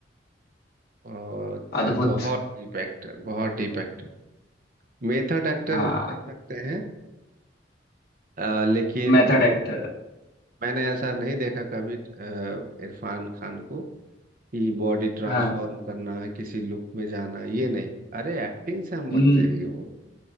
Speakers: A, on the right (about 50°); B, on the left (about 60°).
A: और
B: अद्भुत
A: बहुत डीप एक्टर बहुत डीप एक्टर मेथड एक्टर
B: हाँ
A: कह सकते हैं अ, लेकिन
B: Method actor
A: मैंने ऐसा नहीं देखा कभी अ, इरफान खान को कि बॉडी ट्रांसफॉर्म
B: हाँ
A: करना किसी लुक में जाना ये नहीं अरे एक्टिंग से हम बन
B: हम्म,
A: जाएंगे वो